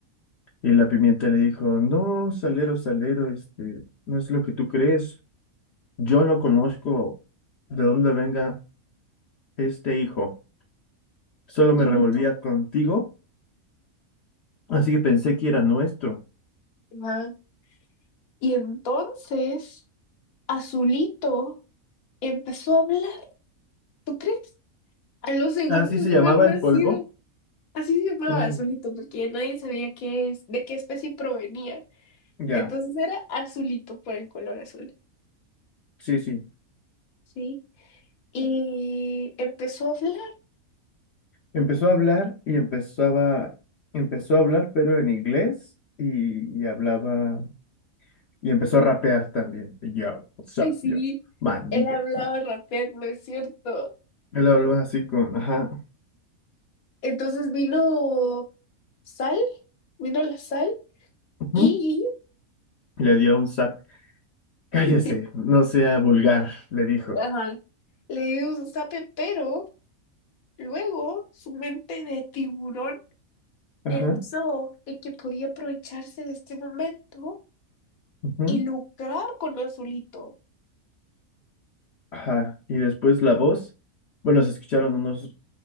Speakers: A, on the left; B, on the left.
A: Y la pimienta le dijo, no, salero, salero, este, no es lo que tú crees. Yo no conozco de dónde venga este hijo. Solo me
B: Azulito.
A: revolvía contigo Así que pensé que era nuestro.
B: Ajá. Y entonces Azulito empezó a hablar, ¿tú crees? A los segundos
A: Así se
B: de
A: llamaba
B: haber nacido.
A: el polvo.
B: Así se llamaba
A: Mm,
B: Azulito, porque nadie sabía qué es, de qué especie provenía.
A: ya,
B: Entonces era Azulito por el color azul,
A: sí, sí.
B: ¿sí? Y empezó a hablar,
A: Empezó a hablar y empezaba, empezó a hablar, pero en inglés y, y hablaba y empezó a rapear también. Y Yo, what's
B: así.
A: up, yo, man,
B: Él
A: diga.
B: hablaba
A: yo.
B: rapeando, es cierto.
A: Él hablaba así con, ajá,
B: Entonces vino sal, vino la sal
A: ujú,
B: y
A: Le dio un zap. Cállese,
B: <laughs>
A: no sea vulgar, le dijo.
B: ajá, le dio un zape, pero luego su mente de tiburón
A: Ajá,
B: pensó en que podía aprovecharse de este momento
A: ujú,
B: y lucrar con Azulito.
A: ajá. Y después la voz, bueno, se escucharon unos